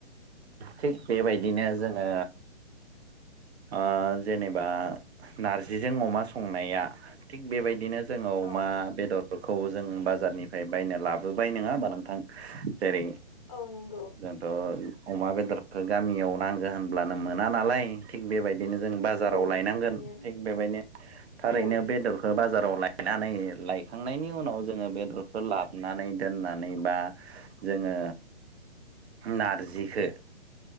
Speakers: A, on the right (about 75°); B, on the left (about 20°).
A: थिग बेबायदिनो जोङो ओ जेनेबा नारजिजों अमा संनाया थिग बेबायदिनो जोङो
B: औ
A: अमा बेदरखौ जों बाजारनिफ्राय बायना लाबोबाय नङा होमबा नोंथां? जेरै
B: औ नंगौ
A: जोंथ' अमा बेदरखौ गामियाव नांगो होनब्लानो मोना नालाय थिग बेबायदि बिनो जों बाजाराव
B: औ
A: लायनांगोन
B: थारैनो
A: थिक बेबायदिनो थारैनो
B: औ
A: बेदरखौ बाजाराव लायनानै लायखांनायनि उनाव जोङो बेदरखौ लाबनानै दोननानै बा जोङो नारजिखौ